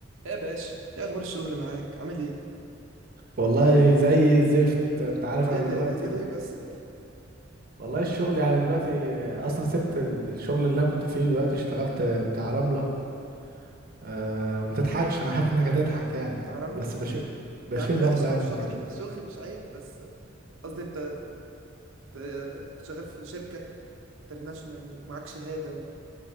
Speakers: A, on the right; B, on the right.
A: يا باشا يا اخبار الشغل معاك عامل ايه
B: والله زي الزفت انت عارف انا
A: ايه ده
B: دلوقتي
A: ايه ده, إيه ده ليه بس كده
B: والله الشغل يعني دلوقتي اصلا سبت الشغل اللي انا كنت فيه دلوقتي اشتغلت بتاع رملة أه وما تضحكش انا عارف انك هتضحك يعني
A: بتاع رملة
B: بس بشيل بشيل
A: يا عم لا
B: رملة
A: هو
B: يعني
A: الشغل
B: وكده
A: <laughs> الشغل مش عيب بس قصدي انت أنت شغال في شركة انترناشونال ومعاك شهادة و...